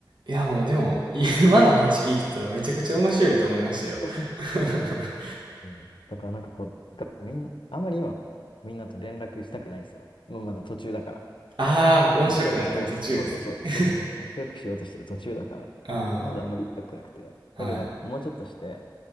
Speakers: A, on the right (about 70°); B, on the left (about 80°).
A: いや、もうでも、<laughs> 今の話聞いてたらめちゃくちゃ面白いと思いましたよ。
B: <laughs>
A: <laughs>
B: うんそうだからなんかこう、みん、あんまり今、みんなと連絡したくないんですよ。もうまだ途中だから。
A: ああ、
B: 面白いことを、
A: 面白くなってる途中ですね。
B: そうそうそう、
A: <laughs>
B: そうそうそう、面白くしようとしてる途中だから、
A: あ
B: まだあんまり言いたくなくて。
A: あ、
B: だけどなんかもうちょっとして、
A: はい。